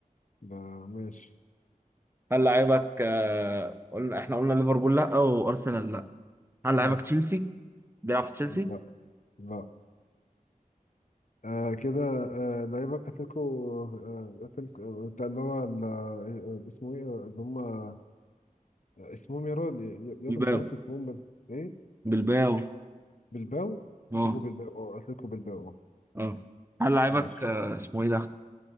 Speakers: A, on the left; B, on the right.
A: ده ماشي
B: هل لعيبك آه، قلنا احنا قلنا ليفربول لا وارسنال لا هل
A: مم.
B: لعيبك تشيلسي بيلعب في تشيلسي
A: لا لا آه كده آه لعيبة أتلتيكو آه أتلتيكو بتاع اللي هو ال- آه، اسمه إيه اللي هم آه، اسمهم يا راجل يا
B: بلباو
A: ده مش عارف اسمهم بال... إيه
B: بلباو
A: بالباو
B: اه
A: أتلتيكو بالباو أه أتلتيكو بالباو أه
B: اه هل لعيبك
A: ماشي
B: آه، اسمه ايه ده